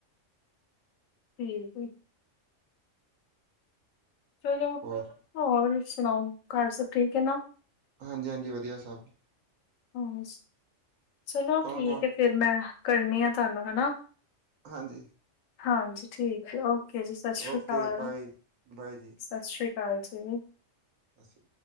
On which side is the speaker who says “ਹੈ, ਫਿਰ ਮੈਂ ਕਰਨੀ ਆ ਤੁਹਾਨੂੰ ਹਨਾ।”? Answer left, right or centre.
Left